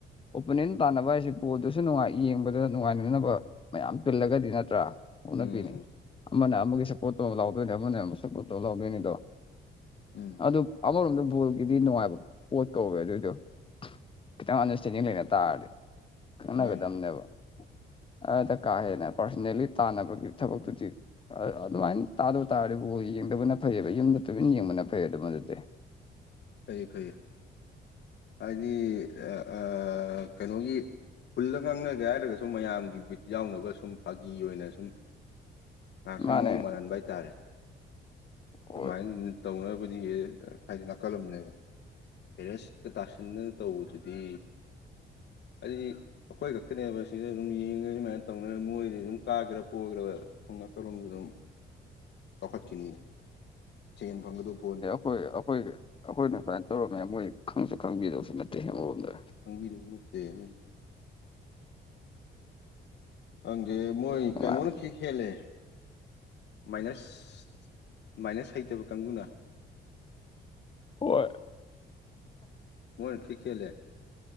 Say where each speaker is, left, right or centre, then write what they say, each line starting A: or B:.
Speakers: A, on the left; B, on the left.
A: ꯑꯣꯄꯅꯤꯟ ꯇꯥꯟꯅꯕ ꯍꯥꯏꯁꯦ ꯕ‌ꯣꯜꯗꯨꯁꯨ ꯅꯨꯡꯉꯥꯏ ꯌꯦꯡꯕꯗ ꯅꯨꯡꯉꯥꯏꯅꯅꯕ ꯃꯌꯥꯝ ꯇꯤꯜꯂꯒꯗꯤ ꯅꯠꯇ꯭ꯔꯥ ꯑꯣꯛꯅꯕꯤꯅꯤ
B: ꯎꯝ
A: ꯑꯃꯅ ꯑꯃꯒꯤ ꯁꯞꯄꯣꯔꯠ ꯇꯧ ꯂꯥꯎꯗꯣꯏꯅꯦ ꯑꯃꯅ ꯃꯨꯛ ꯁꯞꯄꯣꯔꯠ ꯇꯧ ꯂꯥꯎꯗꯣꯏꯅꯤꯗꯣ
B: ꯎꯝ
A: ꯑꯗꯨ ꯑꯃꯔ‌ꯣꯝꯗ ꯒꯤꯗꯤ ꯅꯨꯡꯉꯥꯏꯕ ꯄꯣꯠ ꯀꯧꯋꯦ ꯑꯗꯨꯏꯗꯣ ꯈꯤꯇꯪ ꯑꯟꯗꯔꯁꯇꯦꯟꯗꯤꯡ ꯂꯩꯅ ꯇꯥꯔꯗꯤ ꯈꯪꯅꯒꯗꯝꯕꯅꯦꯕ
B: ꯃꯥꯅꯦ
A: ꯑꯗ ꯀꯥ ꯍꯦꯟꯅ ꯄꯥꯔꯁꯣꯅꯦꯜꯂꯤ ꯇꯥꯟꯅꯕꯒꯤ ꯊꯕꯛꯇꯨꯗꯤ ꯑ ꯑꯗꯨꯃꯥꯏꯅ ꯇꯥꯗꯕ ꯇꯥꯔꯗꯤ ꯕ‌ꯣꯜ ꯌꯦꯡꯗꯕꯅ ꯐꯩꯕꯥ ꯌꯨꯝꯗ ꯇꯨꯃꯤꯟ ꯌꯦꯡꯕꯅ ꯐꯩꯌꯦ ꯑꯗꯨꯝ ꯑꯗꯨꯗꯤ
B: ꯐꯩꯌꯦ ꯐꯩꯌꯦ ꯍꯥꯏꯗꯤ ꯑꯥ ꯀꯅꯣꯒꯤ ꯍꯨꯜꯂ ꯉꯥꯡꯅꯒꯦ ꯍꯥꯏꯔꯒꯁꯨ ꯃꯌꯥꯝꯒꯤ ꯕꯤꯠ ꯌꯥꯎꯅꯕ ꯁꯨꯝ ꯐꯥꯒꯤ ꯑꯣꯏꯅ ꯁꯨꯝ ꯉꯥꯛꯇꯪ
A: ꯃꯥꯅꯦ
B: ꯃꯑꯣꯡ ꯃꯥꯜꯍꯟꯕ ꯍꯥꯏꯇꯥꯔꯦ ꯑꯗꯨꯃꯥꯏꯅ
A: ꯍꯣꯏ
B: <unintelligible> ꯇꯧꯅꯕꯗꯤ ꯍ‌ꯦ ꯍꯥꯏꯗꯅꯥ ꯀꯂꯝꯅꯦꯕ ꯄꯦꯔꯦꯁꯤꯠꯀꯥ ꯇꯥꯁꯤꯟꯗꯅ ꯇꯧꯕꯗꯨꯗꯤ ꯑꯩ ꯑꯩꯈꯣꯏ ꯈꯛꯇꯅꯦꯕ ꯁꯤꯗ ꯑꯗꯨꯝ ꯌꯦꯡꯉ ꯁꯨꯃꯥꯏꯅ ꯇꯧꯅ ꯃꯣꯏꯗꯤ ꯑꯗꯨꯝ ꯀꯥꯒ꯭ꯔꯥ ꯄꯣꯈ꯭ꯔꯥꯕ ꯁꯨꯝ ꯅꯥꯀꯜꯂꯣꯝꯗ ꯗꯨꯝ ꯆꯥꯎꯈꯠꯈꯤꯅꯤ ꯁꯦꯟ ꯐꯪꯒꯗꯨ ꯄ‌ꯣꯟ
A: ꯍꯣꯏ ꯑꯩꯈꯣꯏ ꯑꯩꯈꯣꯏꯅ ꯁꯨꯃꯥꯏꯅ ꯇꯧꯔꯝꯃꯦ ꯃꯣꯏ ꯈꯪꯁꯨ ꯈꯪꯕꯤꯗꯕꯁꯨ ꯅꯠꯇꯦ ꯑꯃꯔꯣꯝꯗ
B: ꯈꯪꯕꯤꯗꯧꯕ ꯅꯠꯇꯦ <unintelligible> ꯈꯪꯗꯦ ꯃꯣꯏ
A: ꯅꯨꯡꯉꯥꯏꯕ
B: ꯀꯩꯅꯣꯅ ꯐꯤ ꯍꯦꯜꯂꯦ ꯃꯥꯏꯅꯁ ꯃꯥꯏꯅꯁ ꯍꯩꯇꯕ ꯀꯥꯡꯕꯨꯅ
A: ꯍꯣꯏ
B: ꯃꯣꯏꯅ ꯈꯤꯛ ꯍꯦꯜꯂꯦ